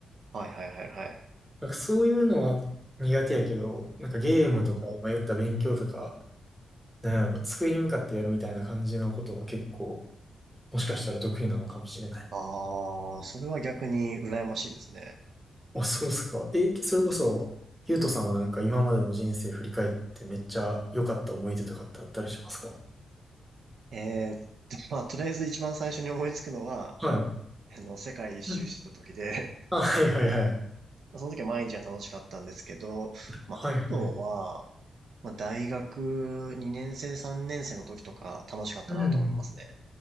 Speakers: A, on the right (about 75°); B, in the centre.
A: はいはいはいはい。
B: なんかそういうのは苦手やけど、なんかゲームとか、
A: うんうん。
B: 今言った勉強とか、なんやろ、机に向かってやるみたいな感じのことは結構、もしかしたら得意なのかもしれない。
A: ああ、それは逆に羨ましいですね。
B: あ、そうっすか。え、それこそ、ゆうとさんはなんか今までの人生振り返ってめっちゃ良かった思い出とかってあったりしますか
A: ええ、まあとりあえず一番最初に思いつくのは、
B: はい。
A: あの、世界一周してた時で、
B: うん
A: <laughs>
B: あ、はいはいはい。
A: まあ、その時は毎日が楽しかったんですけど、まあ、
B: はいはい。
A: あとは、まあ、大学2年生、3年生の時とか楽しかったなと思いますね。
B: うん。